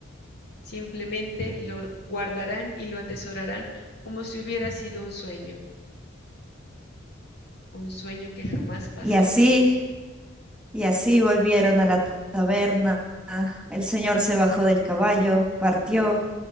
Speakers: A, on the left; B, in the centre.
A: simplemente lo guardarán y lo atesorarán como si hubiera sido un sueño, un sueño que jamás pasó.
B: Y así Y así volvieron a la taberna. El señor se bajó del caballo, partió,